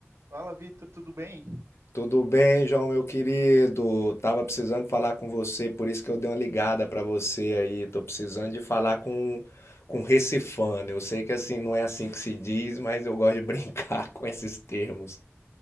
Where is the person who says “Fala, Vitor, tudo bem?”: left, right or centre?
Right